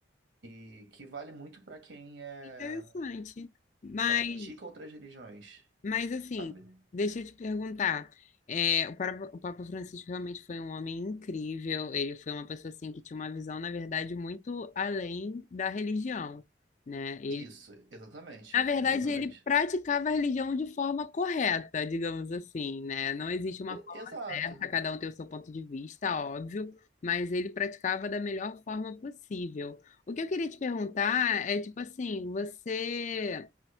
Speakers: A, on the right (about 75°); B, on the left (about 40°).
A: e que vale muito para quem é
B: Interessante. Mas,
A: pratica outras religiões,
B: mas assim,
A: sabe?
B: deixa eu te perguntar. É, o Papa, o Papa Francisco realmente foi um homem incrível. Ele foi uma pessoa assim que tinha uma visão, na verdade, muito além da religião, né? Ele,
A: Isso, exatamente,
B: na verdade,
A: exatamente.
B: ele praticava a religião de forma correta, digamos assim, né? Não existe uma
A: E-
B: correta,
A: Exato.
B: cada um tem o seu ponto de vista, óbvio, mas ele praticava da melhor forma possível. O que eu queria te perguntar é, tipo assim, você